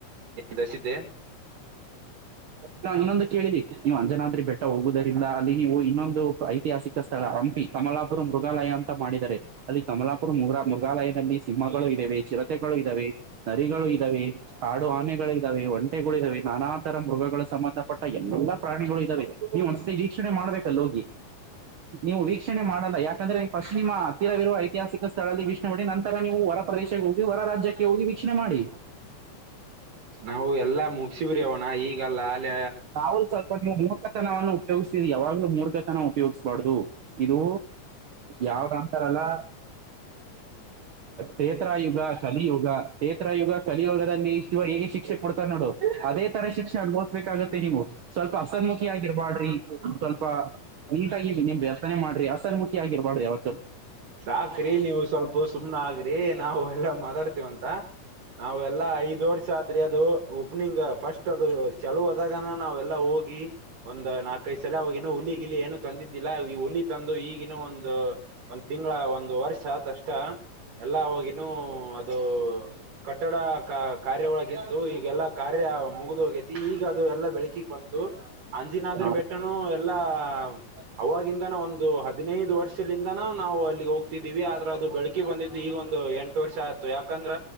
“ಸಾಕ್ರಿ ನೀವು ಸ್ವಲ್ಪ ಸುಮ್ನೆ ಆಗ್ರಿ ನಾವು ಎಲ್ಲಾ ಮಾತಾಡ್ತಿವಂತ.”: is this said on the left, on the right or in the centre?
Right